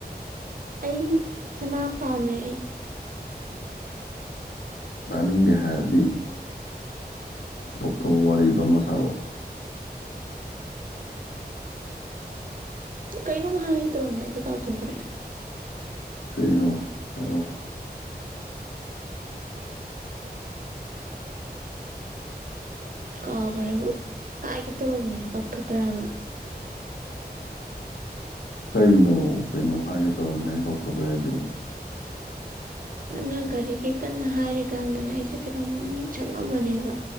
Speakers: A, on the right; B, on the left.
A: ꯑꯩ ꯁꯅꯥ ꯄꯥꯝꯃꯦ ꯑꯩ꯫
B: ꯅꯥꯅꯤꯡꯒ ꯍꯥꯏꯔꯗꯤ꯫ ꯊꯣꯛꯊꯣꯛꯑꯣ ꯋꯥꯔꯤꯗꯣ ꯑꯃ ꯁꯥꯔꯛꯑꯣ꯫
A: ꯀꯔꯤꯅꯣꯝꯃ ꯍꯥꯏꯒꯦ ꯇꯧꯔꯝꯕꯅꯤ ꯑꯩꯁꯦ ꯀꯥꯎ ꯊꯣꯛꯈꯔꯦ꯫
B: ꯀꯩꯅꯣ ꯍꯥꯏꯔꯣ꯫
A: ꯀꯥꯎꯒꯔꯦꯕ ꯍꯥꯏꯒꯦ ꯇꯧꯔꯝꯕꯅꯦ ꯀꯥꯎꯊꯣꯛꯈ꯭ꯔꯦ ꯍꯥꯏꯕ꯫
B: ꯀꯩꯅꯣ ꯀꯩꯩꯅꯣ ꯍꯥꯏꯒꯦ ꯇꯧꯔꯝꯕꯅꯦ ꯍꯔꯥ ꯀꯥꯎꯊꯣꯛꯈ꯭ꯔꯦ ꯍꯥꯏꯔꯤꯁꯤꯕꯣ꯫
A: ꯑꯗꯨ ꯅꯪ ꯒꯥꯔꯤꯒꯤ ꯀꯟꯅ ꯍꯥꯏꯔꯤꯀꯥꯟꯗꯅꯦ ꯑꯩꯁꯦ ꯀꯩꯅꯣꯝ ꯅꯤꯡꯁꯤꯡꯉꯝꯕꯅꯦꯕ꯫